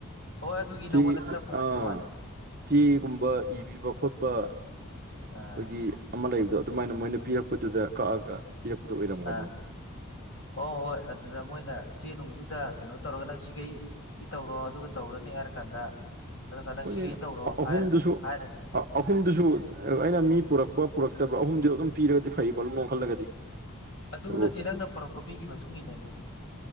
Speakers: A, on the left (about 60°); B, on the right (about 40°).
A: ꯍꯣꯏ ꯑꯗꯨꯒꯤ
B: ꯆ
A: ꯅꯪꯉꯣꯟꯗ ꯈꯔ ꯐꯪꯍꯟꯕꯩ
B: ꯑꯥ
A: ꯋꯥꯅꯦ
B: <inaudible> ꯆꯦꯒꯨꯝꯕ ꯏꯕꯤꯕ ꯈꯣꯠꯄ ꯑꯩꯈꯣꯏꯒꯤ
A: ꯑꯥ
B: ꯑꯃ ꯂꯩꯕꯗꯣ ꯑꯗꯨꯃꯥꯏꯅ ꯃꯣꯏꯅ ꯄꯤꯔꯛꯄꯗꯨꯗ ꯀꯛꯑꯒ ꯄꯤꯔꯛꯄꯗ ꯑꯣꯏꯔꯝꯒꯅꯤ
A: ꯑꯥ ꯍꯣꯏ ꯍꯣꯏ ꯍꯣꯏ ꯑꯗꯨꯗ ꯃꯣꯏꯅ ꯆꯦ ꯅꯨꯡꯗꯨꯗ ꯀꯩꯅꯣ ꯇꯧꯔꯒ ꯅꯪ ꯁꯤꯈꯩ ꯁꯤ ꯇꯧꯔꯣ ꯑꯗꯨꯒ ꯇꯧꯔꯅꯤ ꯍꯥꯏꯔꯀꯥꯟꯗ ꯑꯗꯨꯒ ꯅꯪ
B: ꯍꯣꯏꯅꯦ
A: ꯁꯤꯈꯩ ꯇꯧꯔꯣ
B: ꯑꯍꯨꯝꯗꯨꯁꯨ
A: ꯍꯥꯏꯔ ꯍꯥꯏꯔꯅꯤ
B: ꯑ- ꯑꯍꯨꯝꯗꯨꯁꯨ ꯑꯩꯅ ꯃꯤ ꯄꯨꯔꯛꯄ ꯄꯨꯔꯛꯇꯕ꯭ꯔꯥ ꯑꯍꯨꯝꯗꯨ ꯑꯗꯨꯝ ꯄꯤꯔꯒꯗꯤ ꯐꯩꯕ ꯑꯍꯨꯝꯃꯨꯛ ꯈꯜꯂꯒꯗꯤ
A: ꯑꯗꯨ
B: ꯑꯗꯨꯕꯨ
A: ꯅꯠꯇꯦ ꯅꯪꯅ ꯄꯔꯛꯄ ꯃꯤꯒꯤ ꯃꯇꯨꯡ ꯏꯟꯅꯅꯤ